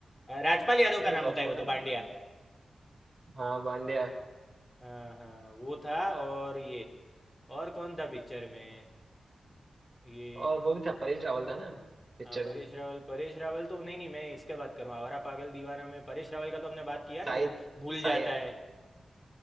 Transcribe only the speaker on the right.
उसमें
भी बहुत
फन
हाँ बांडिया
और वो भी था परेश रावल था ना पिक्चर
में
शाहिद
शाहिद